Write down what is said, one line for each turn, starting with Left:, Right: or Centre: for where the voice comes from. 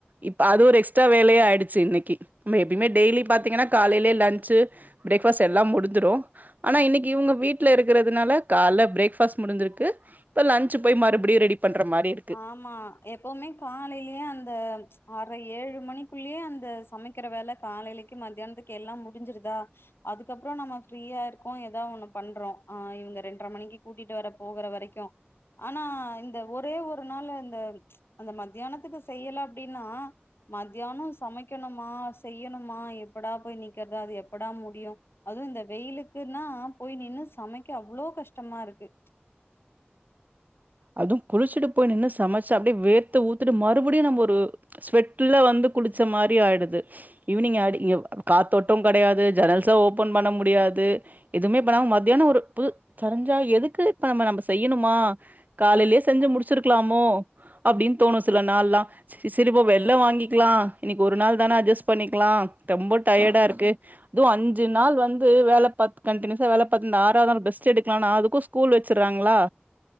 Right: இப்ப அது ஒரு எக்ஸ்ட்ரா வேலையா ஆயிடுச்சு இன்னைக்கு எப்பயுமே டெய்லி பாத்தீங்கன்னா காலையிலயே லஞ்சு ப்ரேக்ஃபாஸ்ட் எல்லா முடிந்துரு ஆனா இன்னைக்கு இவங்க வீட்ல இருக்கறதுனால கால்ல ப்ரேக்ஃபாஸ்ட் முடிஞ்சிருக்கு இப்ப ல்சு போய் மறுபடியு ரெடி பண்ற மாரி இரு
Left: ஆமா எப்பவுமே காலையிலயே அந்த ஆர்ர ஏழு மணி குள்ளயே அந்த சமைக்கிற வேல காலையிலக்கு மதியானத்துக்கு எல்லா முடிஞ்சிருதா அதுக்கப்பற நம்ம ஃப்ரீயா இருக்கோ ஏதா ஒண்ணு பண்றோ ஆ இவங்க ரெண்ர மணிக்கு கூட்டிட்டு வர போகற வரைக்கு ஆனா இந்த ஒரே ஒரு நாள்ள இந்த அந்த மத்தியானத்துக்கு செய்யல அப்படின்னா மத்யான சமைக்கணுமா செய்யணுமா எப்படா போய் நீக்கறது அது எப்படா முடியு அது இந்த வெயிலுக்குன்னா போய் நின்னு சமைக்க அவ்வளோ கஷ்டமா இருக்கு
Right: அது குளிச்சுட்டு போய் நின்னு சமைச்சு அப்படியே வேர்த்து ஊத்துட்டு மறுபடியு நம்ம ஒரு ஸ்வெட்ல வந்து குளிச்ச மாரி ஆயிடுது ஈவினிங் ஆடி இங்க காத்தோட்ட கெடையாது ஜெனல்ஸா ஓப்பன் பண்ண முடியாது எதுவுமே பண்ணாம மத்தியான ஒரு பு தெரிஞ்சா எதுக்கு இப்ப நம்ம நம்ம செய்யணுமா காலையிலயே செஞ்சு முடிச்சிருக்கலாமோ அப்டின்னு தோணு சில நாள்லா ச சரிப்ப வெள்ள வாங்கிக்கலா இன்னைக்கு ஒரு நாள் தானே அட்ஜஸ்ட் பண்ணிக்கலா ரொம்ப டயர்டா இருக்கு அதுவு அஞ்சு நாள் வந்து வேல பாத்து கண்டினியூசா வேல பாத்து ஆறாவது நாள் பெஸ்ட் எடுக்கலான்னா அதுக்கு ஸ்கூல் வச்சுறாங்களா